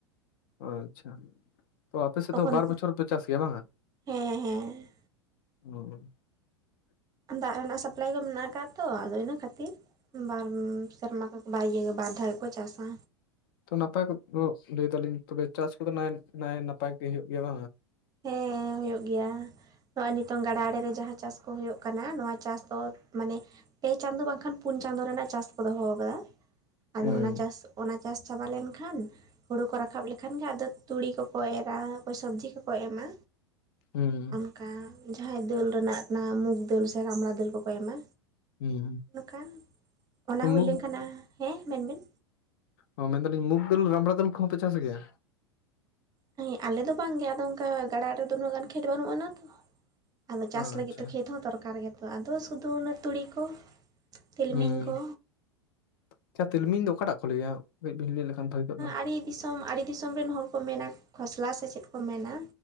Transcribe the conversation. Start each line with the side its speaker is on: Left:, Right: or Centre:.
Left: ᱟᱪᱪᱷᱟ ᱛᱚ ᱟᱯᱮ ᱥᱮᱫ
Right: ᱛᱚᱠᱷᱚᱱ
Left: ᱫᱚ ᱵᱟᱨ ᱵᱚᱪᱷᱚᱨ ᱯᱮ ᱪᱟᱥ ᱜᱮᱭᱟ ᱵᱟᱝᱟ?
Right: ᱦᱮᱸ
Left: ᱦᱩᱸ᱾
Right: ᱫᱟᱜ ᱨᱮᱱᱟᱜ ᱥᱟᱯᱞᱟᱭ ᱫᱚ ᱢᱮᱱᱟᱜ ᱠᱟᱜ-ᱟ ᱛᱚ ᱟᱫᱚ ᱤᱱᱟᱹ ᱠᱷᱟᱹᱛᱤᱨ ᱵᱟᱨᱢ ᱥᱮᱨᱢᱟ ᱫᱚ ᱵᱟᱨ ᱤᱭᱟᱹ ᱜᱮ ᱵᱟᱨ ᱫᱷᱟᱣ ᱜᱮᱠᱚ ᱪᱟᱥᱟ᱾
Left: ᱛᱚ ᱱᱟᱯᱟᱭ <unintelligible> ᱞᱟᱹᱭ ᱫᱟᱞᱤᱧ ᱛᱚᱵᱮ ᱪᱟᱥ ᱠᱚᱫᱚ ᱱᱟᱭ ᱱᱟᱯᱟᱭ ᱜᱮ ᱦᱩᱭᱩᱜ ᱜᱮᱭᱟ ᱵᱟᱝᱟ?
Right: ᱦᱮᱸ ᱦᱩᱭᱩᱜ ᱜᱮᱭᱟ, ᱱᱚᱜ-ᱚᱭ ᱱᱤᱛᱚᱝ ᱜᱟᱰᱟ ᱟᱲᱮ ᱨᱮ ᱡᱟᱦᱟᱸ ᱪᱟᱥ ᱠᱚ ᱦᱩᱭᱩᱜ ᱠᱟᱱᱟ ᱱᱚᱣᱟ ᱪᱟᱥ ᱫᱚ ᱢᱟᱱᱮ ᱯᱮ ᱪᱟᱸᱫᱳ ᱵᱟᱝᱠᱷᱟᱱ ᱯᱩᱱ ᱪᱟᱸᱫᱳ ᱨᱮᱱᱟᱜ ᱪᱟᱥ ᱠᱚ ᱫᱚᱦᱚ ᱟᱠᱟᱫᱟ
Left: ᱦᱩᱸ
Right: ᱟᱫᱚ ᱚᱱᱟ ᱪᱟᱥ ᱚᱱᱟ ᱪᱟᱥ ᱪᱟᱵᱟ ᱞᱮᱱᱠᱷᱟᱱ ᱦᱳᱲᱳ ᱠᱚ ᱨᱟᱠᱟᱵ ᱞᱮᱠᱷᱟᱱ ᱜᱮ ᱟᱫᱚ ᱛᱩᱲᱤ ᱠᱚᱠᱚ ᱮᱨᱟ ᱚᱠᱚᱭ ᱥᱚᱵᱽᱡᱤ ᱠᱚ ᱠᱚ ᱮᱢᱟ᱾
Left: ᱦᱩᱸ᱾
Right: ᱚᱱᱠᱟ ᱡᱟᱦᱟᱸᱭ ᱫᱟᱹᱞ ᱨᱮᱱᱟᱜ ᱱᱟ ᱢᱩᱜᱽ ᱫᱟᱹᱞ ᱥᱮ ᱨᱟᱢᱲᱟ ᱫᱟᱹᱞ ᱠᱚᱠᱚ ᱮᱢᱟ᱾
Left: ᱦᱩᱸ
Right: ᱱᱚᱝᱠᱟ, ᱚᱱᱟ
Left: ᱛᱚ
Right: ᱦᱩᱭ
Left: ᱢᱩᱜᱽ
Right: ᱞᱮᱱᱠᱷᱟᱱᱟ, ᱦᱮᱸ ᱢᱮᱱᱵᱤᱱ᱾
Left: ᱚ ᱢᱮᱱᱫᱟᱞᱤᱧ ᱢᱩᱜ ᱫᱟᱹᱞ ᱨᱟᱢᱵᱲᱟ ᱫᱟᱹᱞ ᱠᱚᱦᱚᱸ ᱯᱮ ᱪᱟᱥ ᱜᱮᱭᱟ?
Right: ᱦᱮᱸ ᱟᱞᱮ ᱫᱚ ᱵᱟᱝᱜᱮ ᱟᱫᱚ ᱚᱱᱠᱟ ᱜᱟᱰᱟ ᱟᱲᱮ ᱨᱮ ᱫᱚ ᱩᱱᱟᱹᱜ ᱜᱟᱱ ᱠᱷᱮᱛ ᱵᱟᱹᱱᱩᱜ ᱟᱱᱟ ᱛᱚ᱾ ᱟᱫᱚ ᱪᱟᱥ
Left: ᱟᱪᱪᱷᱟ
Right: ᱞᱟᱹᱜᱤᱫ ᱛᱮ ᱠᱷᱮᱛ ᱦᱚᱸ ᱫᱚᱨᱠᱟᱨ ᱜᱮᱛᱚ ᱟᱫᱚ ᱥᱩᱫᱩ ᱚᱱᱟ ᱛᱩᱲᱤ ᱠᱚ᱾ ᱛᱤᱞᱢᱤᱧ
Left: ᱦᱩᱸ
Right: ᱠᱚ᱾
Left: ᱟᱪᱪᱷᱟ ᱛᱤᱞᱢᱤᱧ ᱫᱚ ᱚᱠᱟᱴᱟᱜ ᱠᱚ ᱞᱟᱹᱭᱟ ᱠᱟᱹᱡ ᱵᱤᱱ ᱞᱟᱹᱭ ᱞᱮᱠᱷᱟᱱ ᱵᱷᱟᱹᱜᱮ ᱠᱚᱜ ᱫᱚ᱾
Right: ᱟᱲᱮ ᱫᱤᱥᱚᱢ ᱟᱹᱰᱤ ᱫᱤᱥᱚᱢ ᱨᱮᱱ ᱦᱚᱲ ᱠᱚ ᱢᱮᱱᱟ ᱠᱷᱚᱥᱞᱟ ᱥᱮ ᱪᱮᱫ ᱠᱚ ᱢᱮᱱᱟ᱾